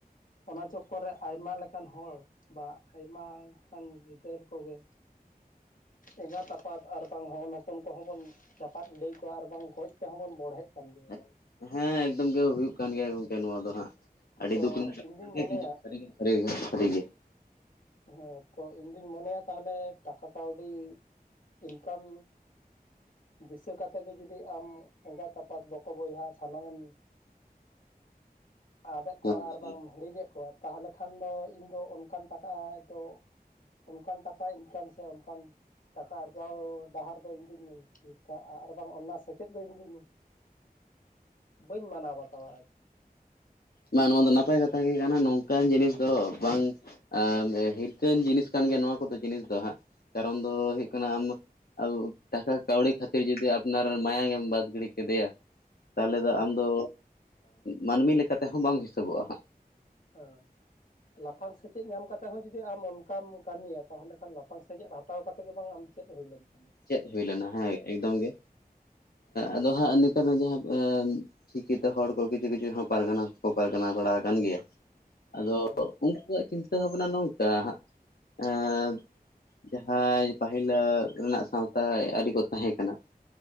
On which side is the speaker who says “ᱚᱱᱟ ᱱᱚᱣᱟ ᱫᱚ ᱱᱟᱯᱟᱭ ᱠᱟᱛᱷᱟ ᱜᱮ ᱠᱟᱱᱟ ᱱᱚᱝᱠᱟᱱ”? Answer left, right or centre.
Left